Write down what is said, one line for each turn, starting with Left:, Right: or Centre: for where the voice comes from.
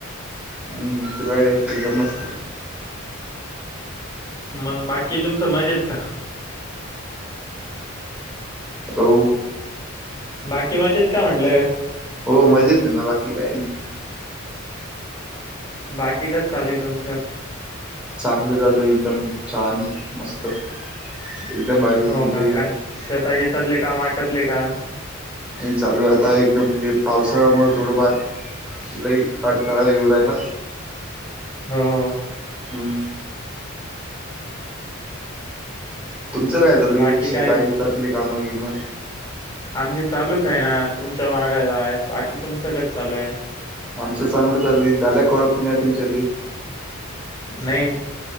Centre: हम्म, तिला एकदम मस्त.
Left: मग बाकी तुमच मजेत का?
Centre: हो.
Left: बाकी मजेत का म्हटलं.
Centre: हो मजेत आहे ना, बाकी काय नाही.
Left: बाकी कसं चालुय तुमचं?
Centre: चांगलं झालं एकदम छान, मस्त. एकदम भारी
Left: हो
Centre: जिंदगी
Left: का, काय
Centre: आमची
Left: शेतगीतातले कामं आटपले का?
Centre: चालू आहे आता एकदम हे पावसामुळे थोडंफार लई अडथळा येऊ राहिला.
Left: हां.
Centre: हम्म. तुमचं काय चालूय,
Left: बाकी
Centre: शेता
Left: काय
Centre: यतातली कामं बिमं.
Left: आमची चालूच आहे ना तुमच्या मागोमाग, बाकी तुमचं कसं चालू आहे?
Centre: आमचं चांगलं चालुय, झाल्या कोळपण्या तुमच्या आधी.
Left: नाही,